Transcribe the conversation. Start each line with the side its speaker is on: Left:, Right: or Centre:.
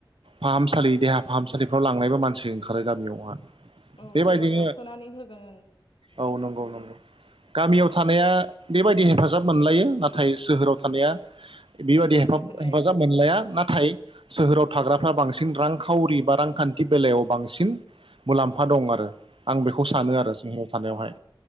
Right: फाहामसालि देहा फाहामसालिफ्राव लांनायबो मानसि ओंखारो गामियावहा
Left: औ
Right: बेबायदिनो
Left: सोरबा थांस'नानै होगोन ओं।
Right: औ नंगौ नंगौ गामियाव थानाया बेबायदि हेफाजाब मोनलायो नाथाय सोहोराव थानाया। बेबायदि
Left: हेफाजाब
Right: हेफाब
Left: मोनलाया
Right: हेफाजाब मोनलाया नाथाय सोहोराव थाग्रा बांसिन रांखावरि बा रांखान्थि बेलायाव बांसिन मुलाम्फा दं आरो। आं बेखौ
Left: औ
Right: सानो आरो सोहोराव थानायावहाय
Left: औ